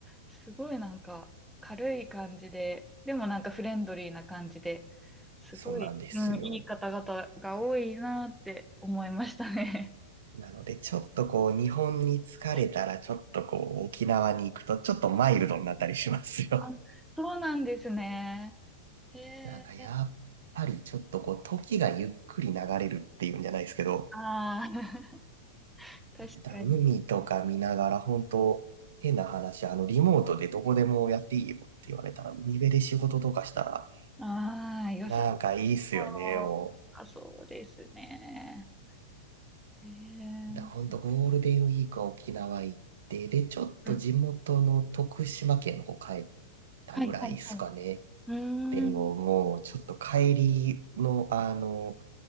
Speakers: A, in the centre; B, on the right.
A: すごいなんか軽い感じで、でもなんかフレンドリーな感じで、すごい、
B: そうなんですよ。
A: うん、いい方々が多いなって思いましたね。
B: なので、ちょっとこう、日本に疲れたら、
A: <laughs>
B: ちょっとこう、沖縄に行くと、ちょっとマイルドになったりしますよ。
A: あ、そうなんですね。へえ、
B: <laughs> なんか、やっぱりちょっとこう、時がゆっくり流れるっていうんじゃないですけど、
A: ああ、<laughs> 確かに。
B: だ海とか見ながら、本当変な話、あの、リモートでどこでもやっていいよって言われたら、海辺で仕事とかしたら、
A: ああ、良さ
B: なんかいいっすよね、
A: そう。
B: もう。
A: あ、そうですね。へえ、
B: だ、ほんとゴールデンウィークは沖縄行って、で、ちょっと地元の徳島県の方帰っ
A: うん。
B: たぐらいですかね。
A: はい、はい、はい。うーん。
B: でももうちょっと帰りのあの、